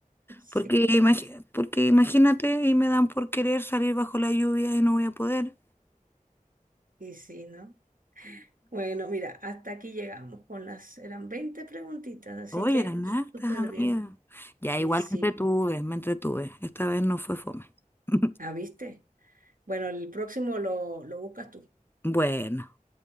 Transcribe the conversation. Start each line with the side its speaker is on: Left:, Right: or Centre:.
Right: <laughs> Sí,
Left: Porque, imagi- porque imagínate, y me dan por querer salir bajo la lluvia y no voy a poder.
Right: y sí, ¿no? Bueno, mira, hasta aquí llegamos con las, eran 20 preguntitas, así
Left: Oye,
Right: que
Left: eran hartas,
Right: súper
Left: amiga.
Right: bien.
Left: Ya,
Right: Y
Left: igual
Right: sí,
Left: me entretuve, me entretuve. Esta vez no fue fome. <laughs>
Right: ¿ah, viste? Bueno, el próximo lo, lo buscas tú.
Left: Bueno.